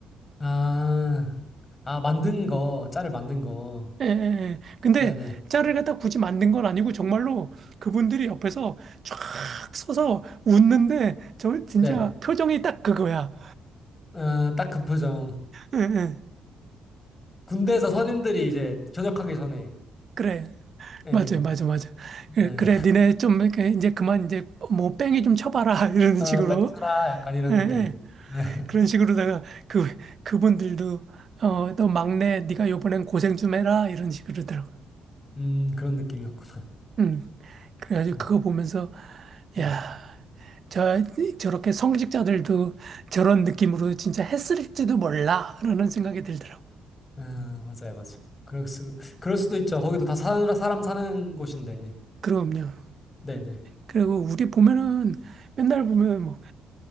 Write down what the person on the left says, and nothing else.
아, 아, 만든 거, 짤을 만든 거.
네네.
네.
네. 아, 딱 그 표정.
군대에서 선임들이 이제 전역하기 전에.
네,
네.
아,
뺑쳐라. 약간 이런
느낌.
네.
음, 그런 느낌이었구나.
음,
네.
아, 맞아요, 맞아요. 그럴 수, 그럴 수도 있죠. 거기도 다 사는, 사람 사는 곳인데.
네네.